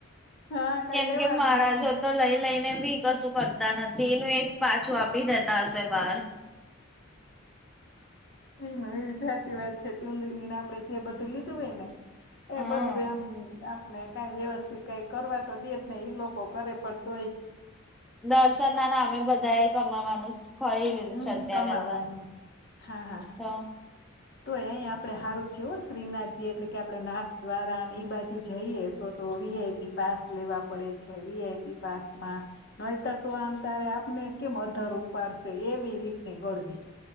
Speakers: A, on the left; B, in the centre.
A: હા કઈ
B: કેમ
A: લેવાનું
B: કે મહારાજો
A: જ
B: તો લઈ લઈને બી કશું કરતા નથી એનું એજ પાછું આપી દેતા હશે બહાર
A: એ એ સાચી વાત છે ચુંદડીને આપડે જે બધું લીધું હોય ને એ
B: હા
A: બધું એમમ ને કઈ વ્યવસ્થિત કઈ કરવા તો દે જ નહી ઈ લોકો કરે પણ તોય
B: દર્શન ના નામે બધા એ કમાવાનું ખોરી લીધું
A: હમ
B: છે અત્યારે
A: કમાવાનું
B: તો
A: હા હા
B: તો
A: તો અહી આપડે સારું છેવ શ્રીનાથજી એટલે કે આપડણે નાથ દ્વારા અને એઈ બાજુ જઈએ તોવી એઈપી પાસ લે વાપ પડે છે વઆઈી પામાં નતર તો આમ તારે આપને કેમ અધર ઉપાડશે એવી રીટની ગોડદી